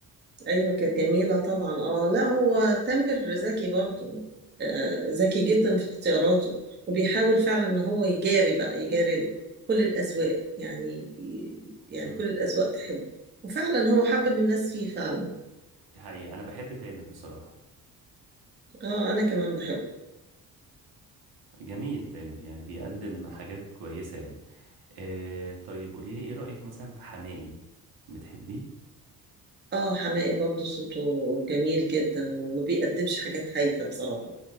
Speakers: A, on the right (about 30°); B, on the right (about 75°).
A: ايوه كانت جميلة طبعا اه لا هو تامر ذكي برضو آه ذكي جدا في اختياراته وبيحاول فعلا ان هو يجاري بقى يجاري ال- كل الاذواق يعني يعني
B: امم
A: كل الاذواق تحبه وفعلا هو حبب الناس فيه فعلا
B: دي حقيقه انا بحب تامر بصراحه
A: اه انا كمان بحبه
B: جميل تامر يعني بيقدم حاجات كويسة يعني آه طيب قولي لي ايه رأيك مثلا في حماقي بتحبيه
A: اه حماقي برضو صوته جميل جدا وما بيقدمش حاجات هايفة بصراحة